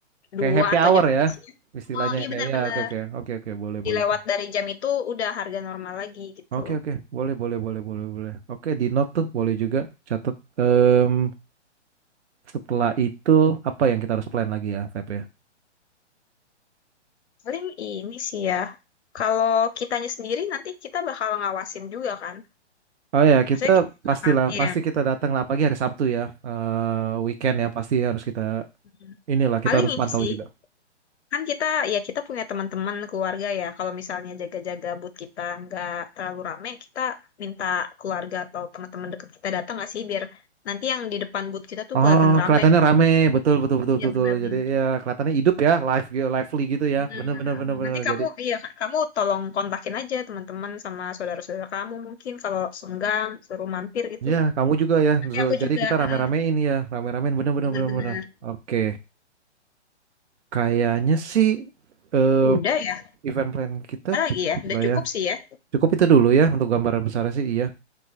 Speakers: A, on the right; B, on the left.
A: kayak
B: dua
A: happy
B: atau
A: hour
B: jam 3
A: ya
B: siang.
A: istilahnya
B: Oh, iya
A: kayak
B: benar-benar.
A: ya oke oke oke oke boleh
B: Dilewat
A: boleh.
B: dari jam itu udah harga normal lagi gitu.
A: Oke oke boleh boleh boleh boleh boleh oke di note tuh boleh juga catat Em, setelah itu apa yang kita harus plan lagi ya Feb ya
B: Paling ini sih ya, kalau kitanya sendiri nanti kita bakal ngawasin juga kan.
A: oh ya
B: Maksudnya
A: kita
B: kita juga
A: pastilah
B: akan, iya.
A: pasti kita datang lah pagi hari Sabtu ya Eh, weekend ya pasti harus kita
B: Mhm.
A: inilah kita
B: Paling
A: harus
B: ini
A: pantau
B: sih,
A: juga
B: kan kita ya kita punya teman-teman keluarga ya. Kalau misalnya jaga-jaga but kita nggak terlalu rame, kita minta keluarga atau teman-teman dekat kita datang nggak sih biar nanti yang di depan but kita tuh
A: oh
B: kelihatan rame.
A: kelihatannya rame betul betul betul
B: Iya
A: betul, betul.
B: benar-benar.
A: jadi ya kelihatannya hidup ya live gitu, lively gitu ya
B: Benar.
A: bener
B: benar.
A: bener bener
B: Um,
A: bener
B: Nanti kamu
A: jadi
B: iya Kak, kamu tolong kontakin aja teman-teman sama saudara-saudara kamu mungkin kalau senggang suruh mampir gitu.
A: ya kamu juga ya
B: Nanti
A: So,
B: aku
A: jadi
B: juga,
A: kita
B: mm-mm,
A: rame-ramein ya rame-ramein bener bener
B: bener-bener.
A: bener bener oke kayaknya sih eh,
B: Udah ya,
A: Event plan kita
B: apa lagi
A: cukup
B: ya? Udah
A: lah
B: cukup
A: ya.
B: sih ya.
A: Cukup itu dulu ya untuk gambaran besarnya sih iya.